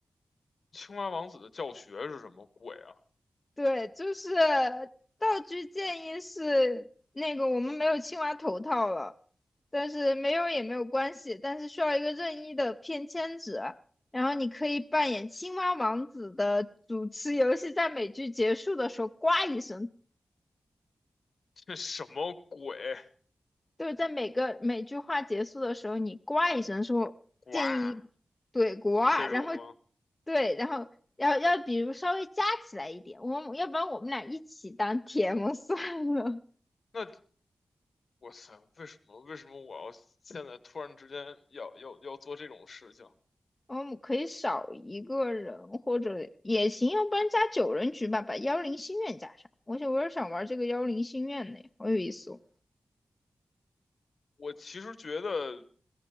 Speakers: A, on the left; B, on the left.
A: 青蛙王子的教学是什么鬼啊？
B: <laughs> 对，就是道具建议是那个我们没有青蛙头套了，但是没有也没有关系，但是需要一个任意的便签纸，然后你可以扮演青蛙王子的主持游戏，在美剧结束的时候，呱一声
A: 这什么鬼？
B: 就是在每个每句话结束的时候，你呱一声说建议，
A: 哇，
B: 对呱，
A: 这种吗？
B: 然后对，然后要要比如稍微加起来一点，我们要不然我们俩一起当 TM 算了，
A: 那哇塞，为什么为什么我要现在突然之间要要要做这种事情？
B: 我们可以少一个人或者也行，要不然加九人局吧，把幺零心愿加上。我且我也想玩这个幺零心愿呢，好有意思哦。
A: 我其实觉得。